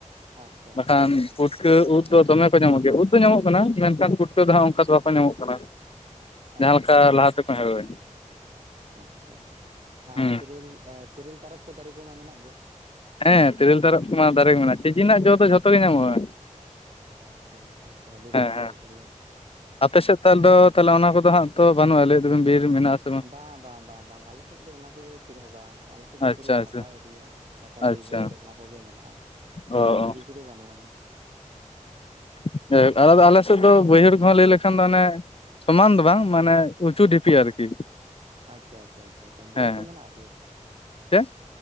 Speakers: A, on the right (about 55°); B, on the left (about 45°).
A: ᱟᱪᱪᱷᱟ
B: ᱵᱟᱠᱷᱟᱱ
A: ᱟᱪᱪᱷᱟ ᱟᱪᱪᱷᱟ
B: ᱯᱩᱴᱠᱟᱹ ᱩᱫ ᱩᱫ ᱫᱚ ᱫᱚᱢᱮ ᱠᱚ ᱧᱟᱢᱚᱜ ᱜᱮᱭᱟ ᱩᱫ ᱫᱚ ᱧᱟᱢᱚᱜ ᱠᱟᱱᱟ, ᱢᱮᱱᱠᱷᱟᱱ ᱯᱩᱴᱠᱟᱹ ᱫᱚ ᱦᱟᱸᱜ ᱚᱱᱠᱟ ᱫᱚ ᱵᱟᱠᱚ ᱧᱟᱢᱚᱜ ᱠᱟᱱᱟ᱾ ᱡᱟᱦᱟᱸ
A: ᱟᱪᱪᱷᱟ
B: ᱞᱮᱠᱟ
A: ᱟᱪᱪᱷᱟ
B: ᱞᱟᱦᱟᱛᱮ <unintelligible> ᱦᱚᱭ
A: ᱟᱪᱪᱷᱟ ᱟᱨ
B: ᱦᱩᱸ
A: ᱛᱤᱨᱤᱞ ᱮᱸᱻ ᱛᱤᱨᱤᱞ-ᱛᱟᱨᱚᱯ ᱠᱚ ᱫᱟᱨᱮ ᱠᱚᱢᱟ ᱢᱮᱱᱟᱜ ᱜᱮ᱾
B: ᱦᱮᱸ ᱛᱮᱨᱮᱞ ᱛᱟᱨᱩᱵ ᱠᱚᱢᱟ ᱫᱟᱨᱮ ᱢᱮᱱᱟᱜ-ᱟ, ᱥᱤᱡᱤ ᱨᱮᱱᱟᱜ ᱡᱚ ᱫᱚ ᱡᱚᱛᱚ ᱜᱮ ᱧᱟᱢᱚᱜ-ᱟ᱾
A: ᱟᱪᱪᱷᱟ - ᱟᱪᱪᱷᱟ ᱪᱷᱟ ᱼ ᱪᱷᱟ ᱟᱹᱰᱤ ᱱᱟᱯᱟᱭ
B: ᱦᱮᱸ
A: ᱛᱟᱦᱚᱞᱮ
B: ᱟᱯᱮ ᱥᱮᱫ ᱛᱟᱦᱚᱞᱮ ᱫᱚ ᱛᱟᱦᱚᱞᱮ ᱚᱱᱟ ᱠᱚᱫᱚ ᱦᱟᱸᱜ ᱛᱚ, ᱵᱟᱹᱱᱩᱜ-ᱟ ᱞᱟᱹᱭᱮᱫ ᱫᱚᱵᱤᱱ ᱵᱤᱨ ᱢᱮᱱᱟᱜᱼᱟ᱾
A: ᱵᱟᱝ ᱼ ᱵᱟᱝ ᱼ ᱵᱟᱝ ᱼ ᱵᱟᱝ ᱟᱞᱮᱥᱮᱫ ᱫᱚ ᱚᱱᱟ ᱠᱚᱫᱚ ᱪᱮᱫ ᱦᱚᱸ ᱵᱟᱝ ᱟᱞᱮᱥᱮᱫ ᱫᱚ
B: ᱟᱪᱪᱷᱟ
A: ᱯᱩᱨᱟᱹ ᱯᱷᱟᱸᱠᱟ
B: ᱟᱪᱪᱷᱟ
A: ᱮᱨᱤᱭᱟ ᱯᱷᱟᱠᱟ ᱵᱟᱹᱭᱦᱟᱹᱲ
B: ᱟᱪᱪᱷᱟ
A: ᱚᱱᱟ ᱠᱚᱜᱮ ᱢᱮᱱᱟᱜ-ᱟ,
B: ᱚ
A: ᱵᱤᱨ - ᱵᱩᱨᱩ
B: ᱚ
A: ᱠᱚᱫᱚ ᱵᱟᱹᱱᱩᱜ ᱟᱱ
B: <unintelligible> ᱟᱫᱚ ᱟᱞᱮ ᱥᱮᱫ ᱫᱚ ᱵᱟᱹᱭᱦᱟᱹᱲ ᱠᱚ ᱦᱚᱸᱜ ᱞᱟᱹᱭ ᱞᱮᱠᱷᱟᱱ ᱫᱚ ᱚᱱᱮ ᱥᱚᱢᱟᱱ ᱫᱚ ᱵᱟᱝ ᱢᱟᱱᱮ ᱩᱪᱩ ᱰᱷᱤᱯᱤ ᱟᱨᱠᱤ
A: ᱟᱪᱪᱷᱟ ᱼ ᱟᱪᱪᱷᱟ ᱼ ᱪᱷᱟ ᱪᱷᱟ ᱵᱩᱨᱩ
B: ᱦᱮᱸ
A: ᱠᱚ ᱢᱮᱱᱟᱜ ᱟᱥᱮ
B: ᱪᱮᱫ